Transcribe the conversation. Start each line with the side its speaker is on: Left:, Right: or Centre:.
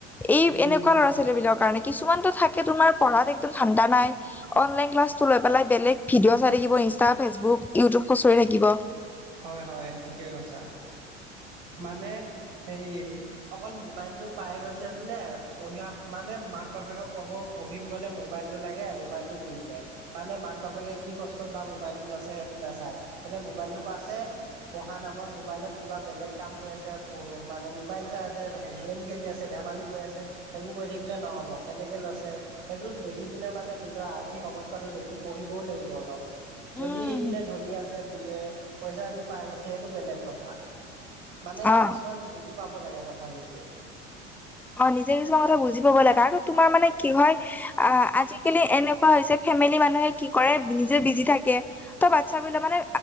Centre: এই
Right: উম
Centre: এনেকুৱা
Right: হয়
Centre: ল'ৰা ছোৱালী বিলাকৰ কাৰণে কিছুমানতো থাকে তোমাৰ পঢ়াত একদম ধাণ্ডা নাই অন লাইন ক্লাছ টো লৈ পেলায় বেলেগ ভিডিঅ' চাই থাকিব ইনষ্টা, ফেচবুক, ইউটিউব খুচৰি থাকিব
Right: হয় হয় ঠিকেই কৈছা মানে সেই অকল মোবাইল টো পাই গৈছে বোলে পঢ়াত মানে মাক বাপেকক কব পঢ়িম বলে মোবাইলটো লাগে মোবাইলটো দি দিলে মানে মাক বাপেকে কি কষ্টত বা মোবাইলটো লৈছে সেইটো নাচায় এতিয়া মোবাইলটো পাইছে পঢ়া নামত মোবাইলত কিবা বেলেগ কাম কৰি আছে মানে মোবাইল চাই আছে গেম খেলি আছে ধেমালি কৰি আছে সেইবোৰ কৈ থাকিলে নহ'ব কেনেকে লৈছে সেইটো দেখি কিনে মানে নিজৰ আৰ্থিক অৱস্থাটো দেখি পঢ়িবও লাগিব অলপ
Centre: উম।
Right: যদি সি বোলে ধনী আছে বোলে পইচা দি পাই গৈছে সেইটো বেলেগ কথা মানে
Centre: অ'।
Right: কিছুমান বুজি পাব লাগে কথা নিজে
Centre: অ নিজে কিছুমান কথা বুজি পাব লাগে কাৰণ তোমাৰ মানে কি হয় আ আজিকালি এনেকুৱা হৈছে ফেমিলি মানুহে কি কৰে নিজে বিজি থা কে বাচ্ছা বিলাক মানে